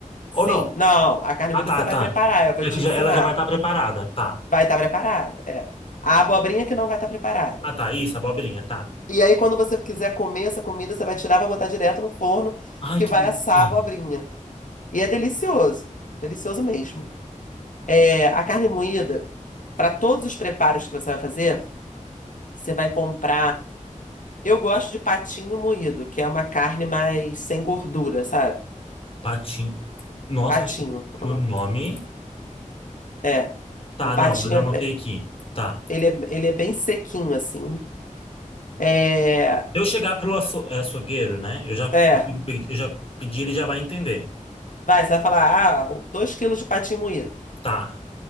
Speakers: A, on the left; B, on the left.
A: Ou
B: Sim,
A: não?
B: não, a carne
A: Ah,
B: moída
A: tá,
B: você vai
A: tá.
B: preparar, eu vou
A: É
B: te
A: que já-
B: ensinar.
A: ela já vai estar preparada. Tá.
B: Vai estar preparada, é. A abobrinha que não vai estar preparada.
A: Ah, tá. Isso, abobrinha. Tá.
B: E aí, quando você quiser comer essa comida, você vai tirar, vai botar direto no forno,
A: Ai,
B: que
A: que
B: vai
A: delícia.
B: assar a abobrinha. E é delicioso. Delicioso mesmo. É, a carne moída, para todos os preparos que você vai fazer, você vai comprar. Eu gosto de patinho moído, que é uma carne mais sem gordura, sabe?
A: Patinho. Nossa,
B: Patinho.
A: acho que por
B: o nome.
A: nome.
B: É.
A: Tá,
B: O patinho,
A: não, mas anotei
B: é-
A: aqui. Tá.
B: ele é, ele é bem sequinho, assim. É.
A: Se eu chegar pro aço, é, açougueiro, né? Eu já,
B: É.
A: eu já pedi, ele já vai entender.
B: Vai, você vai falar, ah, 2 quilos de patinho moído.
A: Tá,